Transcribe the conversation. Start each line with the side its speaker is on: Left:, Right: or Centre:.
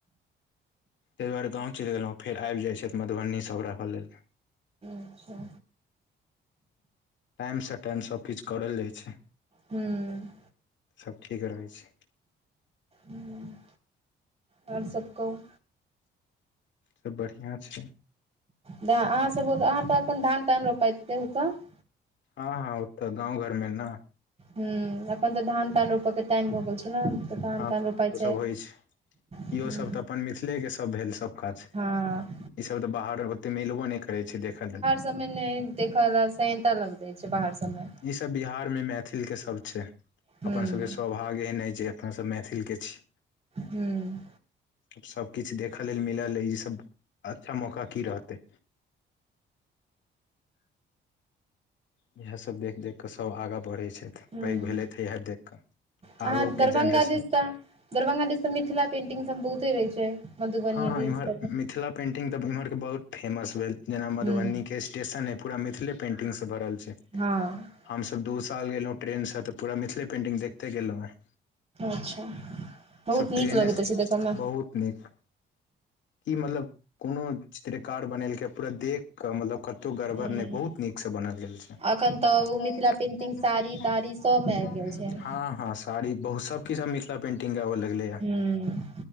Left: तैह दुआरे गाँव चैल गेलौ फेर आइब जाय छैथ मधुबनी सब रहऽ लेल
Right: अच्छा
Left: टाइम स टाइम सब किछ करल जाय छै
Right: हूँ
Left: सब ठीक रहै छै
Right: हूँ और सब कहु
Left: सब बढ़िआँ छै।
Right: त अहाँ सबक अहाँ तऽखन धान तान रोपााय छै हो त ओत
Left: हँ हँ ओ तऽ गाँव घर मे न
Right: ह एखन तऽ धान तान रोपय के टाइम हो गेल छै ने तऽ धान
Left: हँ
Right: तान रोपाय
Left: ओ
Right: छै।
Left: सब होइ
Right: हूं
Left: इहो सब तऽ अपन मिथिले के सब भेल सब आछि
Right: हँ
Left: ईसभ तऽ बाहर ओतेक मिलबो नय करै छै देखै लेल
Right: सब मे नेैय देख लए सेह्नता लैग जाय छै बाहर सब मे
Left: इ सब बिहार मे मैथिल के सब छै
Right: हूँ
Left: अपन सब के स आय एहन आ जे अपना सब मैथिल के छी
Right: हूँ
Left: सब किछु देखअ लेल मिलल ई सब अच्छा मौका की रहतै इयेह सब देख- देख कऽ सब आगा बढ़ै छैथ
Right: हूँ
Left: पैघ भेलैथ इयेह देख कऽ
Right: अहाँ
Left: आबो
Right: दरभंगा
Left: के जेनरेशन
Right: दिस तऽ दरभंगा दिस त मिथिला पेंटिंग सब बहुते रहय छै। मधुबनी
Left: हँ हाॅं
Right: दिस
Left: इम्हर
Right: दरभं
Left: मिथिला पेंटिंग तऽ इम्हर के बहुत फेमस भेल। जेना मधुबनी
Right: हूँ
Left: के स्टेशन अइ पूरा मिथिले पेन्टिंग सँ भरल छै।
Right: हँ
Left: हमसभ दू साल गेलहुँ ट्रेन सँ तऽ पूरा मिथिले पेन्टिंग देखते गेलहुँ हँ।
Right: अच्छा बहुत
Left: सब
Right: नीक
Left: ट्रेने
Right: लगैत
Left: से
Right: रहै छै देखऽ मे
Left: बहुत नीक की मतलब कोनो चित्रकार बनेलकै पूरा देख कऽ मतलब कत्तौ गड़बड़
Right: हूँ
Left: नय बहुत नीक से बनल गेल छै।
Right: अखन
Left: <unintelligible> <unintelligible>
Right: तऽ ओ मिथिला पेंटिंग साड़ी ताड़ी सबमे आबि गेल छै
Left: हँ हँ साड़ी बहुत सब किछु आब मिथिला पेन्टिंग आबऽ लगलै ये। आ
Right: हूँ